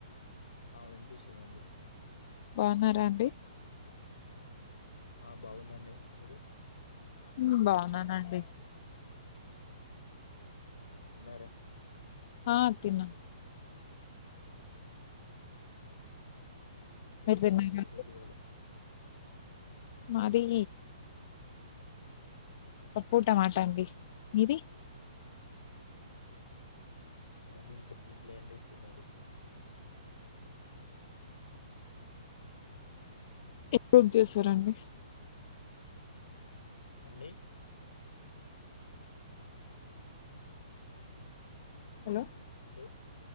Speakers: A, on the left (about 75°); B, on the left (about 50°).
A: ఆ వినిపిస్తుందండి
B: బాన్నారా అండి
A: ఆ బాగున్నండీ మీరు
B: హ్మ్ బాన్నానండి
A: తిన్నార
B: ఆ తిన్నా మీరు
A: ఏంటండీ
B: తిన్నారా
A: స్పెషల్ ఇవాల
B: మాది పప్పు టమాటా అండి మీది
A: మాది ఇంకా తిన్లే అండి తినాలి
B: ఎప్పుడ్ చేస్తారండి
A: అండి
B: హలో
A: హలో